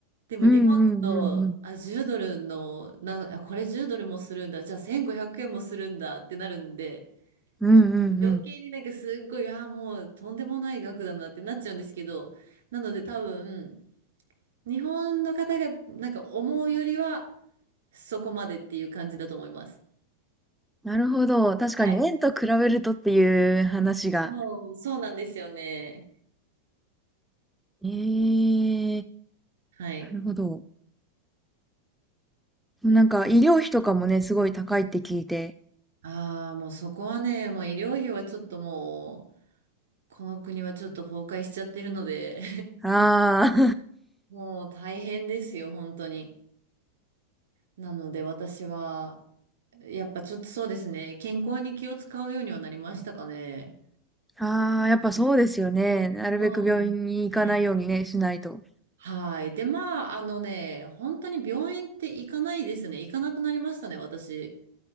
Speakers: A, on the right (about 60°); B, in the centre.
A: でも日本だと、
B: うんうんうんうん。
A: あ、10ドルの、な、あこれ10ドルもするんだ、じゃあ1500円もするんだってなるんで、
B: うんうんうん。
A: 余計になんかすっごい、ああ、もうとんでもない額だなってなっちゃうんですけど、なので多分、日本の方がなんか思うよりは、そこまでっていう感じだと思います。
B: なるほど。確かに円と比べるとっていう話が。
A: はい。うん、そうなんですよね。
B: ええ
A: はい。
B: なるほど。なんか医療費とかもね、すごい高いって聞いて。
A: ああ、もうそこはね、もう医療費はちょっともう、この国はちょっと崩壊しちゃってるので
B: ああ、
A: <laughs> もう大変ですよ、本当に。なので私は、やっぱちょっとそうですね、健康に気を使うようにはなりましたかね。
B: ああ、やっぱそうですよね。なるべく病院に行かないようにね、
A: そうですね。
B: しないと。
A: はい。で、まあ、あのね、本当に病院って行かないですね。行かなくなりましたね、私。